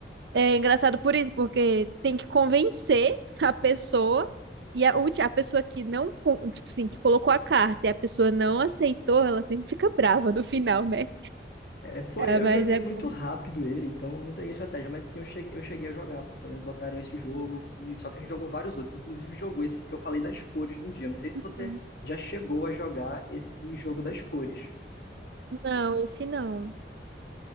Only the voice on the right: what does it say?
é engraçado por isso, porque tem que convencer a pessoa e a, ulti- a pessoa que não, con- tipo assim, que colocou a carta e a pessoa não aceitou, ela sempre fica brava no final, né?
Ah,
mas
é bom.
Uhum.
Não, esse não.